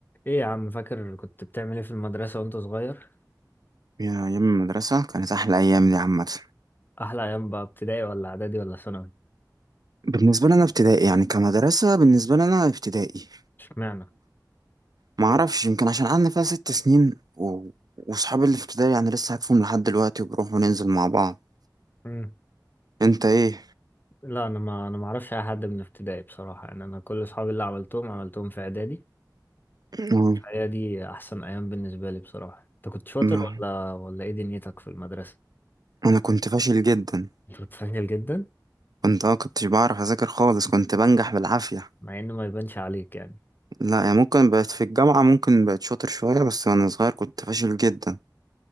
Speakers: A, on the left (about 25°); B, on the right (about 60°).
A: ايه يا عم فاكر كنت بتعمل ايه في المدرسة وانت صغير؟
B: يا أيام المدرسة كانت أحلى أيام دي عامة
A: أحلى أيام بقى ابتدائي ولا إعدادي ولا ثانوي؟
B: بالنسبة لنا ابتدائي يعني كمدرسة بالنسبة لنا ابتدائي
A: اشمعنى؟
B: ما أعرفش يمكن عشان قعدنا فيها ست سنين و... وصحابي اللي في ابتدائي يعني لسه عارفهم لحد دلوقتي وبنروح وننزل مع بعض
A: مم.
B: أنت إيه؟
A: لا أنا ما أنا ما أعرفش أي حد من ابتدائي بصراحة يعني أنا كل أصحابي اللي عملتهم عملتهم في إعدادي
B: <laughs> آه،
A: فهي دي أحسن أيام بالنسبة لي بصراحة أنت كنت شاطر
B: ما...
A: ولا ولا إيه دنيتك في المدرسة؟
B: أنا كنت فاشل جدا
A: أنت كنت فاشل جدا
B: كنت أه كنتش بعرف أذاكر خالص كنت بنجح بالعافية
A: مع إنه ما يبانش عليك يعني
B: لا يعني ممكن بقت في الجامعة ممكن بقت شاطر شوية بس وأنا صغير كنت فاشل جدا